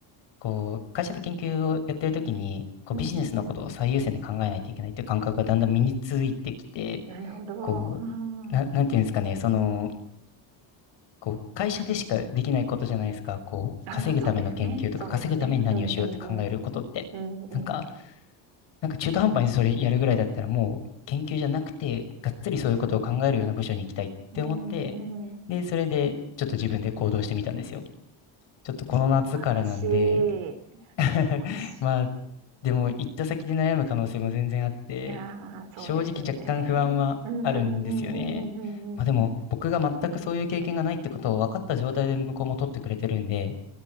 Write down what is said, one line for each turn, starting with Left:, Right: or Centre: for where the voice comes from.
Left: こう、会社で研究をやってるときに、こう、
Right: うん、
Left: ビジネスのことを最優先で考えないといけないっていう感覚がだんだん身についてきて、
Right: うんうんうん。なるほど。
Left: こう、
Right: うん。
Left: な、なんていうんですかね、その、こう、会社でしかできないことじゃないですか。こう、
Right: ああ、
Left: 稼ぐための研究とか、
Right: そうですね。そうですね。
Left: 稼ぐために何をしようって考えることって。
Right: うんうんうん。うんうん。
Left: なんか、なんか中途半端にそれやるぐらいだったらもう研究じゃなくて、がっつりそういうことを考えるような部署に行きたいって思って、
Right: うんうん。
Left: で、それでちょっと自分で行動してみたんですよ。ちょっとこの夏からなんで
Right: 素晴らしい。素晴ら
Left: <laughs>
Right: し
Left: まあ、でも行った先で悩む可能性も全然あって、
Right: いいやー、そうですよね。
Left: 正直若干不安はあるんですよね。
Right: うんうんうんうんうんうんうんうん。
Left: まあでも僕が全くそういう経験がないってことを分かった状態で向こうも取ってくれてるんで、